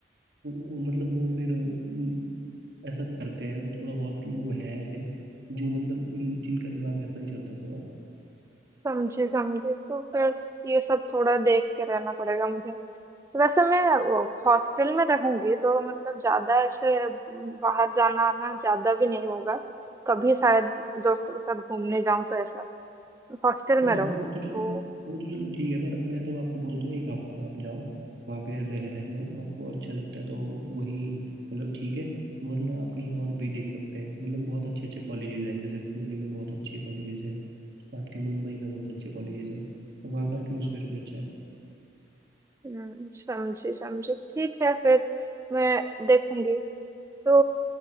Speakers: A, on the right; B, on the right.
A: वो- वो मतलब वो फिर अ, म, ऐसा करते हैं थोड़ा बहुत लोग हैं ऐसे जो मतलब इन जिनका दिमाग ऐसा ही चलता है थोड़ा
B: समझे समझे तो फिर ये सब थोड़ा देख के रहना पड़ेगा मुझे वैसे मैं हॉस्टल में रहूंगी तो मतलब ज्यादा ऐसे बाहर जाना आना ज्यादा भी नहीं होगा कभी शायद दोस्तों के साथ घूमने जाऊं तो ऐसा हॉस्टल
A: हाँ
B: में रहूंगी
A: वो
B: तो
A: तो चलो वो तो चलो ठीक है पर मैं तो आपको बोलता हूँ एक हफ्ते आप जाओ वहाँ पे रह रह लो आपको अच्छा लगता है तो वही मतलब ठीक है वरना आप कहीं और भी देख सकते हैं मतलब बहुत अच्छे अच्छे कॉलेजेस हैं जैसे पुणे में बहुत अच्छे कॉलेजेस हैं आपके मुंबई में बहुत अच्छे कॉलेजेस हैं और वहाँ का एटमोसफेयर भी अच्छा है
B: हम्म, समझी समझी ठीक है फिर मैं देखूंगी तो